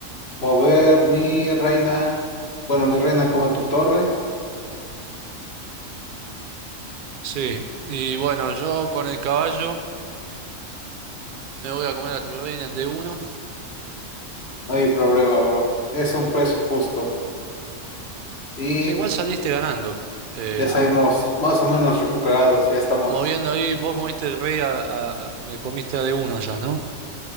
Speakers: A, on the left (about 50°); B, on the right (about 50°).
A: Mover mi reina, bueno, mi reina come tu torre,
B: Sí. Y bueno, yo con el caballo me voy a comer a tu reina en D1.
A: no hay problema, bro. Es un precio justo y
B: Sí, igual saliste ganando. Eh,
A: ya salimos más o menos recuperados, ya estamos.
B: moviendo ahí, vos moviste el rey a, a- a- Me comiste a D1 ya, ¿no?